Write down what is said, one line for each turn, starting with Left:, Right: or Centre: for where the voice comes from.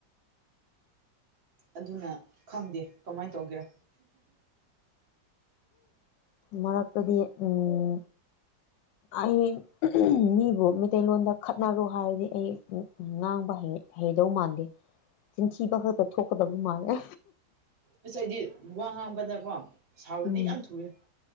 Right: ꯑꯗꯨꯅ ꯈꯪꯗꯦ ꯀꯃꯥꯏꯅ ꯇꯧꯒꯦꯔꯥ
Left: ꯃꯔꯛꯇꯗꯤ ꯎꯝ ꯑꯩ ꯃꯤꯕꯨ ꯃꯩꯇꯩꯂꯣꯟꯗ ꯈꯠꯅꯔꯣ ꯍꯥꯏꯔꯗꯤ ꯑꯩ ꯎꯝ ꯉꯥꯡꯕ ꯍꯩ ꯍꯩꯗꯧ ꯃꯥꯟꯗꯦ ꯆꯤꯟꯊꯤꯕ ꯈꯛꯇ ꯊꯣꯛꯀꯗꯕ ꯃꯥꯜꯂꯦ
Right: ꯑꯁ ꯑꯩꯗꯤ ꯋꯥ ꯉꯥꯡꯕꯅꯀꯣ ꯁꯥꯎꯔꯗꯤ
Left: ꯎꯝ
Right: ꯌꯥꯝ ꯊꯨꯏꯌꯦ